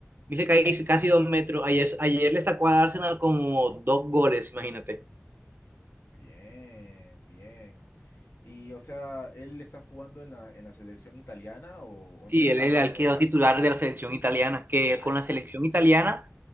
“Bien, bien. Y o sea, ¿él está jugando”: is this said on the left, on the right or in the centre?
Left